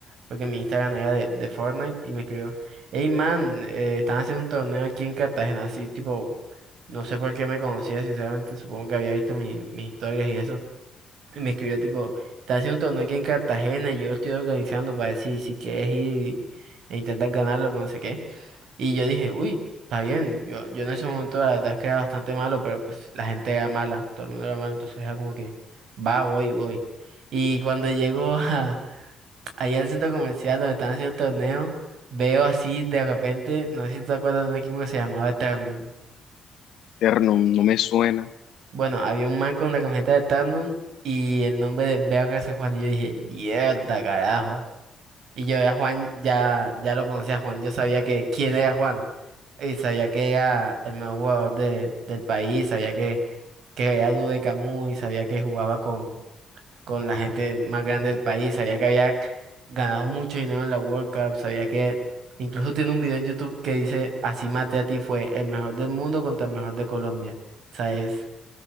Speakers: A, on the right; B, on the left.
A: porque mi Instagram era de, de Fortnite, y me escribió, hey man, eh, están haciendo un torneo aquí en Cartagena, así tipo, no sé por qué me conocía, sinceramente, supongo que había visto mi- mis historias y eso, y me escribió tipo, están haciendo un torneo aquí en Cartagena, y yo lo estoy organizando para decir si quieres ir e intentar ganarlo, que no sé qué. Y yo dije, uy, está bien, yo, yo en ese momento la verdad es que era bastante malo, pero pues la gente era mala, todo el mundo era malo, entonces era como que, va, voy, voy. Y cuando llego <laughs> a, allá al centro comercial donde están haciendo el torneo, veo así de repente, no sé si te acuerdas de un equipo que se llamaba Eternum.
B: Terno, no no me suena.
A: Bueno, había un man con la camiseta de Eternum y el nombre de BRC Juan, y yo dije, mierda, carajo. Y yo ya Juan, ya, ya lo conocía a Juan, yo sabía que quién era Juan. Y sabía que era el mejor jugador de- del país, sabía que, que era dúo de Camus y sabía que jugaba con, con la gente más grande del país, sabía que había ganado mucho dinero en la World Cup, sabía que incluso tiene un video en YouTube que dice, así maté a ti fue el mejor del mundo contra el mejor de Colombia. O sea, es-